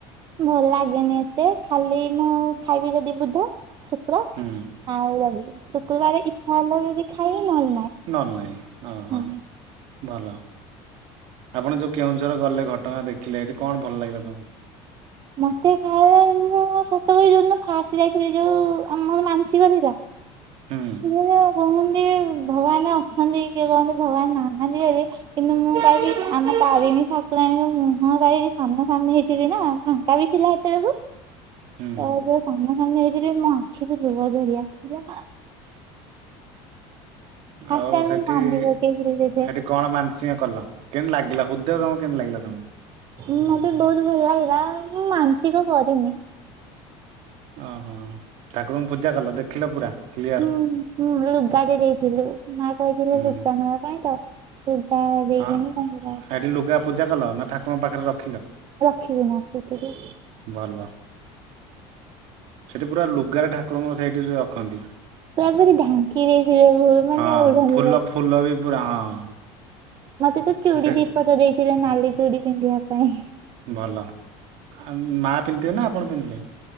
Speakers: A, on the right; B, on the right.
A: ଭଲ ଲାଗେନି ଏତେ ଖାଲି ମୁଁ ଖାଇବି ଯଦି ବୁଧ ଶୁକ୍ର
B: ହୁଁ
A: ଆଉ ରବି। ଶୁକ୍ରବାର ଇଚ୍ଛା ହେଲା ଯଦି ଖାଇବି। ନହେଲେ ନାଇଁ।
B: ନନଲେ ନାଇଁ ହଁ
A: ହୁଁ
B: ହଁ ଭଲ। ଆପଣ ଯୋଉ କେଉଁଝର ଗଲେ ଘଟଗାଁ ଦେଖିଲେ ଏଠି କଣ ଭଲ ଲାଗିଲା ତୋମକୁ?
A: ମୋତେ ଖାଲି ମୁଁ ସତ କହିବି ଯୋଉଦିନ ଫାଷ୍ଟ ଯାଇଥିଲି ଯୋଉ ଆମର ମାନସିକ ଥିଲା।
B: ହୁଁ
A: ଛି ଯେ କୁହନ କାଇଁନା ଅଛନ୍ତି କିଏ କହନ୍ତି ଭଗବାନ ନାହାନ୍ତି ବୋଲି କିନ୍ତୁ ମୁଁ କହିବି ଆମ ତାରିଣୀ ଠାକୁରାଣୀ ର ମୁହଁ ଟା ଯଦି ସାମ୍ନା ସାମ୍ନି ହେଇଥିବି ନା ଫାଙ୍କା ବି ଥିଲା ଏତେବେଳକୁ ତ
B: ହୁଁ
A: ଯୋଉ ସାମ୍ନା ସାମ୍ନି ହେଇଚି ଚି ମୋ ଆଖିରୁ ଲୁହ ଝରି ଆସିଲା। ଫାଷ୍ଟ
B: ଆଉ
A: ଟାଇମ୍
B: ସେଠି
A: ମୁଁ କାନ୍ଦି ପକେଇଥିଲି
B: ସେଠି କଣ ମାନସିଂହ କଲ? କେମତି ଲାଗିଲା ହୃଦୟ ତୋମକୁ କେମିତି ଲାଗିଲା ତୋମକୁ?
A: ଉଁ, ମୋତେ ବହୁତ ଭଲ ଲାଗିଲା। ମୁଁ ମାନସିକ କରିିନି।
B: ଓହୋ! ଠାକୁରଙ୍କୁ ପୂଜା କଲ, ଦେଖିଲ ପୁରା? କ୍ଲିୟର
A: ହୁଁ, ହୁଁ, ଲୁଗା ଟେ ଦେଇଥିଲୁ। ମା କହିଥିଲେ
B: ହୁଁ।
A: ଲୁଗା ନବା ପାଇଁ ତ। ଲୁଗା ଦେଇକିନି
B: ହଁ
A: ତାଙ୍କୁ
B: ଏଠି ଲୁଗା ପୂଜା କଲ ନା? ଠାକୁରଙ୍କ ପାଖରେ ର
A: ରଖିକିନା ଆସିଥିଲୁ।
B: ଭଲ। ସେଠି ପୁରା ଲୁଗାରେ ଠାକୁରଙ୍କୁ ସେଇଠି ରଖନ୍ତି।
A: ପୁରା ପୁରି ଢାଙ୍କି ଦେଇଥିଲେ ମାନେ
B: ହଁ
A: ଓଢଣୀ
B: ଫୁଲ ଫୁଲ ବି ପୁରା ହଁ
A: ମୋତେ ତ ଚୁଡ଼ି
B: ସେ
A: ଦିପଟ ଦେଇଥିଲେ ନାଲି ଚୁଡ଼ି ପିନ୍ଧିବା ପାଇଁ।
B: ଭଲ, ଆ, ମା ପିନ୍ଧଥିବେ ନା ଆପଣ ପିନ୍ଧିଲେ?